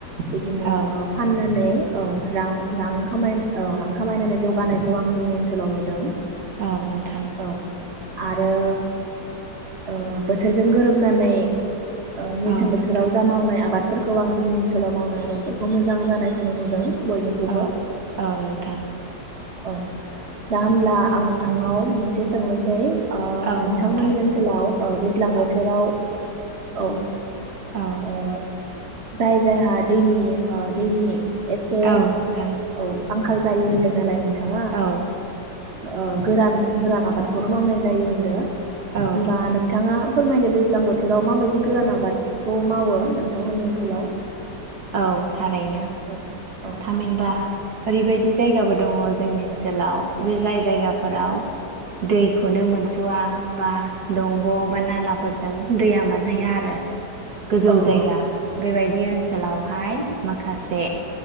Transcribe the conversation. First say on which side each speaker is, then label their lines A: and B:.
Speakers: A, on the right (about 40°); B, on the right (about 65°).
A: बिदिनो ओ
B: औ
A: फाननानै औ रां रां खामाय औ रां खामायनानै जौगानायखौ आं जोंनि ओनसोलाव नुदों।
B: औ नोंथां
A: औ आरो ओ बोथोरजों गोरोबनानै ओ मेसें
B: औ
A: बोथोराव
B: नोंथां
A: जा मावनाय आबाद फोरखौ आं जोंनि ओ सोलाव मावनाय आबादफोरखौ मोजां जानायखौनो नुदों। बयनिखौबो
B: औ औ नोंथां
A: औ दा होमब्ला आं नोंथांनाव मोनसे सोंनोसै ओ
B: औ
A: नोंथांमोननि
B: नोंथां
A: ओनसोलाव ओ दैज्लां
B: औ
A: बोथोराव औ
B: औ
A: ओ जाय जायहा दैनि ओ दैनि एसे
B: औ नोंथां
A: औ आंखाल जायो होन दों नालाय थाङा
B: औ
A: ओ गोरान गोरान आबादखौनो मावनाय जायो होनदो
B: औ
A: होमबा
B: नोंथां
A: नोंथाङा फोरमायदो दैज्लां बोथोराव माबायदि गोरान आबादखौ मावो नोंथांमोननि ओनसोलाव।
B: औ थारैनो
A: औ औ
B: थामहिनबा ओरैबायदि जायगाबो दङ जोंनि ओनसोलाव जे जाय जायगाफोराव दैखौनो मोनस'वा बा दंग' बा नालाफोरजों दैया मोनहैया आरो गोजौ
A: औ
B: जायगा
A: औ
B: बेबायदि ओनस
A: औ
B: लावहाय माखासे